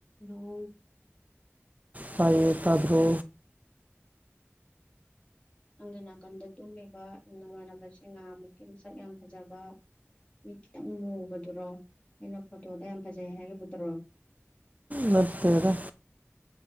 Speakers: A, on the left (about 25°); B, on the right (about 30°).
A: ꯅꯣꯡ
B: ꯇꯥꯏꯌꯣ ꯇꯥꯕ꯭ꯔꯣ
A: ꯅꯪꯗ ꯅꯥꯀꯟꯗ ꯇꯨꯝꯃꯤꯕ ꯏ ꯅꯃꯥꯟꯅꯕꯁꯤꯡ ꯉꯍꯥꯃꯨꯛꯀꯤ ꯃꯁꯛ ꯌꯥꯝ ꯐꯖꯕ ꯃꯤ ꯈꯤꯇꯪ ꯃꯨꯕꯗꯨꯔꯣ ꯑꯩꯅ ꯐꯣꯇꯣꯗ ꯌꯥꯝ ꯐꯖꯩ ꯍꯥꯏꯈꯤꯕꯗꯨꯔꯣ
B: ꯅꯠꯇꯦꯗ